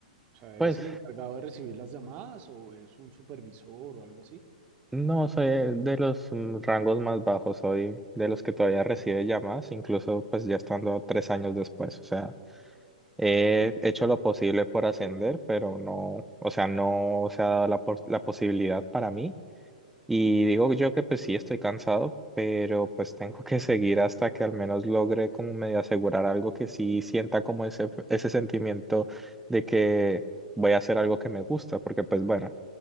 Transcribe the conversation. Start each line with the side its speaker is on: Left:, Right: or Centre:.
Right: O sea,
Centre: pues
Right: ¿eres el encargado de recibir las llamadas o eres un supervisor o algo así?
Centre: no soy de los mm, rangos más bajos, soy de los que todavía recibe llamadas, incluso pues ya estando tres años después, o sea. He hecho lo posible por ascender, pero no, o sea, no se ha dado la, pos- la posibilidad para mí. Y digo yo que pues sí estoy cansado, pero pues tengo que seguir hasta que al menos logre como medio asegurar algo que sí sienta como ese, ese sentimiento de que voy a hacer algo que me gusta, porque pues bueno,